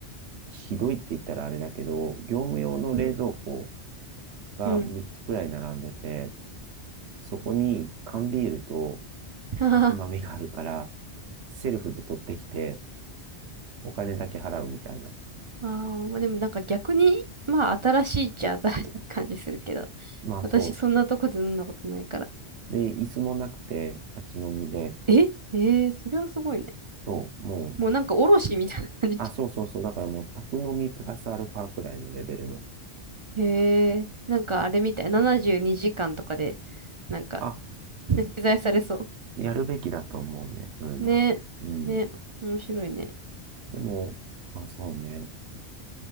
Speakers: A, on the right; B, on the right.
A: ひどいって言ったらあれだけど、業務用の冷蔵庫
B: うん。
A: が3つくらい並んでて、
B: うん。
A: そこに缶ビールと
B: <laughs> ははは。
A: おつまみがあるから、セルフで取ってきて、お金だけ払うみたいな。
B: ああ、まあでもなんか逆に、まあ新しいっちゃ新しい感じするけど、
A: まあそ
B: 私そんなとこで飲んだことないから。
A: う。で、椅子もなくて、立ち飲みで、
B: ええー、それはすごいね。
A: そう、も
B: もうなんかおろしみたいな感じ。
A: あ、そうそうそう。だからもう、宅飲みプラスアルファくらいのレベルの。
B: へえ。なんかあれみたい。72時間とかで、なんか、
A: あ、
B: ね、取材されそ
A: やるべきだと思うね、そういうのは。
B: う。ね。
A: うん。
B: ね。面白いね。
A: でも、まあそうね。